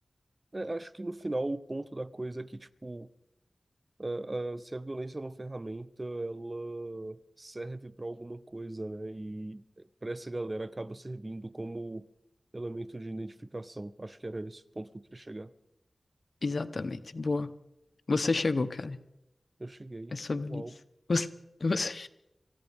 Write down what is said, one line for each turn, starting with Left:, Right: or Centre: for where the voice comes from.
Right: é, acho que no final o ponto da coisa é que, tipo, a- a- se a violência é uma ferramenta, ela serve para alguma coisa, né? E para essa galera acaba servindo como elemento de identificação. Acho que era esse o ponto que eu queria chegar.
Left: Exatamente. Boa. Você chegou, cara.
Right: Eu cheguei.
Left: É sobre
Right: Uau.
Left: isso. Você, você,